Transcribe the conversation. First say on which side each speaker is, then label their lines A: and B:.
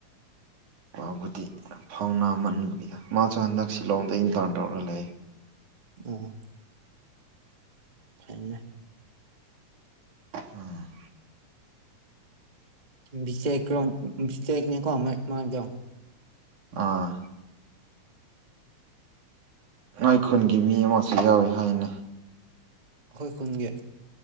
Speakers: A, on the right (about 70°); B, on the right (about 15°).
A: ꯐꯥꯎꯕꯗꯤ ꯐꯥꯎꯅꯥ ꯃꯟꯕꯒꯤ ꯃꯥꯁꯨ ꯍꯟꯗꯛ ꯁꯤꯂꯣꯡꯗ ꯏꯟꯇꯔꯟ ꯇꯧꯔꯒ ꯂꯩ
B: ꯑ ꯐꯥꯏꯅ
A: ꯎꯝ
B: ꯕꯤꯖꯦꯛꯣꯟ ꯕꯤꯖꯦꯛꯅꯦꯀꯣ ꯃꯥꯡꯗꯣ
A: ꯑꯥ ꯉꯥꯏ ꯈꯨꯟꯒꯤ ꯃꯤ ꯑꯃꯁꯨ ꯌꯥꯎꯋꯤ ꯍꯥꯏꯅꯩ
B: ꯑꯩꯈꯣꯏ ꯈꯨꯟꯒꯤ